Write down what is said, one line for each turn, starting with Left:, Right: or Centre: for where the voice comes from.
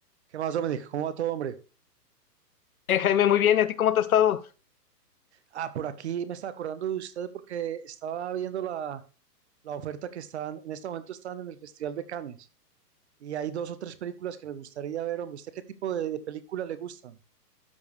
Right: ¿Qué más, Dominic? ¿Cómo va todo, hombre?
Left: Eh, Jaime, muy bien, ¿y a ti cómo te ha estado?
Right: Ah, por aquí me estaba acordando de usted porque estaba viendo la, la oferta que están, en este momento están en el Festival de Cannes y hay dos o tres películas que me gustaría ver, hombre. ¿Usted qué tipo de, de películas le gustan?